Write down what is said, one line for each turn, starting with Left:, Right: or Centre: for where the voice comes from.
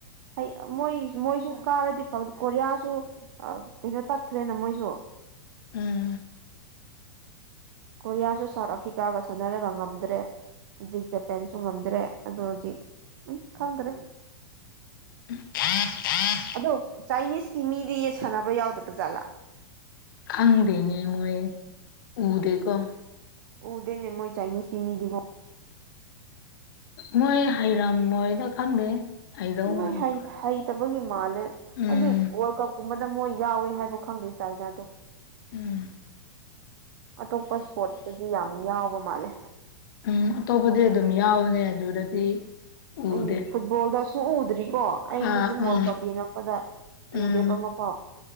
Right: ꯍꯩ ꯃꯣꯏ ꯃꯣꯏꯁꯨ ꯀꯥꯔꯗꯤ ꯀꯣꯔꯤꯌꯥꯁꯨ ꯑ ꯀꯩꯅꯣ ꯇꯠꯈ꯭ꯔꯦꯅ ꯃꯣꯏꯁꯨ
Left: ꯎꯝ
Right: ꯀꯣꯔꯤꯌꯥꯁꯨ ꯁꯥꯎꯠ ꯑꯐ꯭ꯔꯤꯀꯥꯒ ꯁꯥꯟꯅꯔꯒ ꯉꯝꯗ꯭ꯔꯦ ꯍꯧꯖꯤꯛ ꯖꯄꯦꯟꯁꯨ ꯉꯝꯗ꯭ꯔꯦ ꯑꯗꯣ ꯍꯧꯖꯤꯛ ꯎꯝ ꯈꯪꯗ꯭ꯔꯦ
Left: ꯍꯥ ꯍꯥ <unintelligible>
Right: ꯑꯗꯣ ꯆꯥꯏꯅꯤꯁꯀꯤ ꯃꯤꯗꯤ ꯁꯥꯟꯅꯕ ꯌꯥꯎꯗꯕ ꯖꯥꯠꯂꯥ <inaudible>
Left: ꯈꯪꯗꯦꯅꯦ ꯃꯣꯏ ꯎꯗꯦꯀꯣ
Right: ꯎꯗꯦꯅꯦ ꯃꯣꯏ ꯆꯥꯏꯅꯤꯁꯀꯤꯃꯤꯗꯤꯀꯣ
Left: ꯃꯣꯏ ꯍꯩꯔꯝ ꯃꯣꯏꯗ ꯈꯪꯗꯦ ꯍꯩꯗꯧ
Right: ꯃꯣꯏ
Left: ꯃꯥꯟꯗꯦ
Right: ꯍꯩ ꯍꯩꯇꯕꯒꯤ ꯃꯥꯜꯂꯦ
Left: ꯎꯝ
Right: ꯍꯥꯏꯗꯤ ꯋꯥꯔꯜ ꯀꯞ ꯀꯨꯝꯕꯗ ꯃꯣꯏ ꯌꯥꯎꯋꯦ ꯍꯥꯏꯕ ꯈꯪꯗꯦ ꯆꯥꯏꯅꯥꯗꯣ
Left: ꯎꯝ
Right: ꯑꯇꯣꯞꯄ ꯏꯁꯄꯣꯠꯇꯗꯤ ꯌꯥꯝ ꯌꯥꯎꯕ ꯃꯥꯜꯂꯦ
Left: ꯎꯝ ꯑꯇꯣꯞꯄꯗꯤ ꯑꯗꯨꯝ ꯌꯥꯎꯕꯅꯦ ꯑꯗꯨꯗꯗꯤ ꯎꯗꯦ
Right: ꯎꯝ ꯐꯨꯠꯕꯣꯜꯗ ꯁꯨꯛ ꯎ ꯎꯗ꯭ꯔꯤꯀꯣ ꯑꯩꯁꯨ
Left: ꯑꯥ
Right: ꯑꯗꯨꯝ
Left: ꯎꯝ
Right: ꯋꯥꯔꯜ ꯀꯞ ꯌꯦꯡꯉꯛꯄꯗ
Left: ꯎꯝ
Right: ꯎꯗꯦꯕ ꯑꯃꯐꯥꯎ